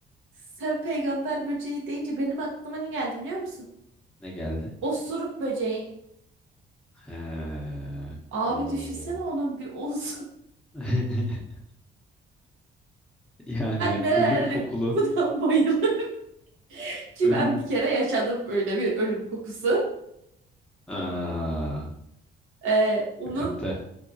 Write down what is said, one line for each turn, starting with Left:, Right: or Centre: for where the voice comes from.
Right: sen peygamber böceği deyince benim aklıma ne geldi biliyor musun?
Centre: ne geldi?
Right: Osuruk böceği.
Centre: He,
Right: Abi
Centre: o
Right: düşünsene onun bir olsun. <laughs>
Centre: <laughs> yani
Right: Ben nerelere
Centre: ölüm kokulu
Right: kokudan <laughs> bayılırım ki
Centre: ölüm.
Right: ben bir kere yaşadım öyle bir ölüm kokusu.
Centre: Aa.
Right: Ee, onun
Centre: Sıkıntı.